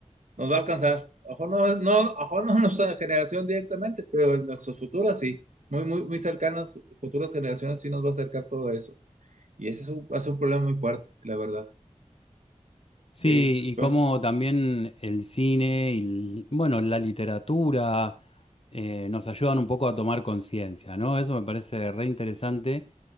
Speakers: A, on the right; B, on the left.
A: nos va a alcanzar. Ojo no, no, ojo no <laughs> nuestra generación directamente, pero en nuestras futuras sí. Muy, muy, muy cercanas, futuras generaciones sí nos va a acercar todo eso. Y ese es un, va a ser un problema muy fuerte, la verdad.
B: sí,
A: Sí,
B: y
A: pues,
B: como también el cine y, l- bueno, la literatura eh, nos ayudan un poco a tomar conciencia, ¿no? Eso me parece re interesante